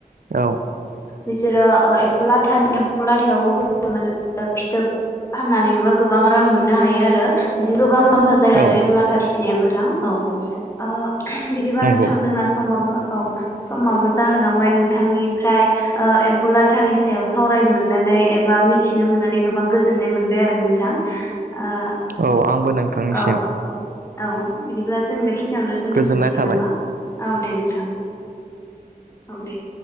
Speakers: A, on the right; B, on the left.
A: औ
B: बिसोरो ओ एम्फौ लाथानि एम्फौ राहायावबो मोनो फिथोब फाननानैबो गोबां रां मोननो हायो आरो बिदिनो गोबां मुलाम्फा जायो आरो
A: औ
B: एम्फौ लाथा फिसिनायाबो नोंथां औ बिदिबा
A: नंगौ
B: नोंथां जोंना समाबो औ समाबो जाहोलांबाय नोंथांनि आमफ्राय ओ एम्फौ लाथानि सायाव सावरायनो मोननानै एबा मि मिथिनो मोननानै गोबां गोजोननाय मोनबाय आरो नोंथां ओ
A: औ आंबो नोंथांनिसिम
B: औ औ बिदिब्ला जों बे खिनि बेखिनियावनो दोनथ'
A: गोजोननाय
B: जासिगोन
A: थाबाय
B: नामा औ दे नोंथां औ दे।